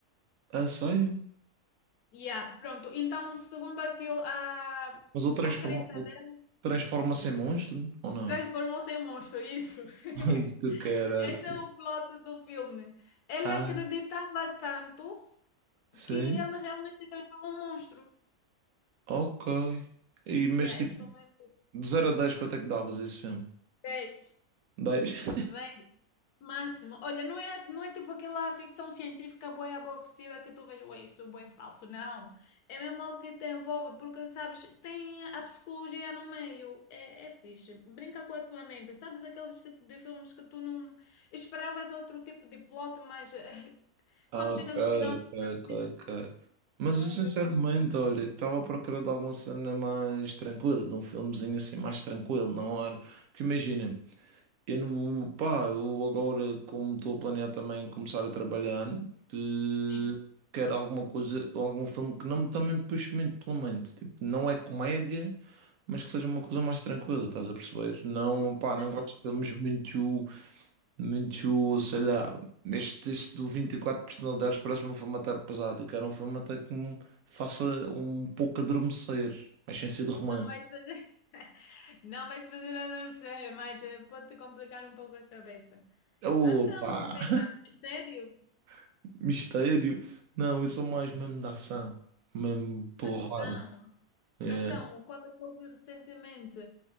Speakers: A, on the right (about 70°); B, on the left (about 80°).
A: Ah, sério?
B: Yeah, pronto, então segundo a, teo, a,
A: Mas ele transforma,
B: a crença
A: ele
B: dela,
A: transforma-se em monstro? Ou não?
B: transformou-se em monstro, isso.
A: <laughs> Ai,
B: <laughs>
A: que caraças.
B: Esse é o plot do filme. Ele
A: Ah,
B: acreditava tanto.
A: sim.
B: que ele realmente se transforma num monstro.
A: Ok. E, mas
B: Yeah,
A: tipo,
B: esse filme é feito.
A: de 0 a 10 quanto é que davas esse filme?
B: Vês,
A: dez
B: vês, máximo. Olha, não é, não é tipo aquela ficção científica bué aborrecida que tu vês, ué, isso é bué falso. Não. É mesmo algo que te envolve, porque, sabes, tem a psicologia no meio. É, é fixe. Brinca com a tua mente. Sabes aqueles tipo de filmes que tu não esperavas outro tipo de plot, mas eh, <laughs> quando
A: Ah, ok,
B: chega no
A: ok,
B: final,
A: ok,
B: outra coisa.
A: ok. Mas
B: Pronto,
A: eu sinceramente,
B: é como.
A: olha, estava à procura de alguma cena mais tranquila, de um filmezinho assim mais tranquilo, não era? Porque imagina, eu não, pá, eu agora, como estou a planear também começar a trabalhar, de-
B: Sim,
A: quero alguma coisa, algum filme que não me também puxe muito pela mente. Tipo, não é comédia, mas que seja uma coisa mais tranquila, estás a perceber? Não, pá,
B: mas.
A: não gosto de filmes muito muito, sei lá, este teste do 24 personalidades parece-me um filme até pesado. Eu quero um filme até que me faça um pouco adormecer, mas sem ser de romance.
B: Não vai te fazer, <laughs> não vai te fazer adormecer, mas eh, pode-te complicar um pouco a cabeça.
A: Opa,
B: Então, sei lá, mistério,
A: <laughs> mistério. Não, eu sou mais mesmo da ação, mesmo porrada.
B: ação.
A: É.
B: Então, o qual é que eu vi recentemente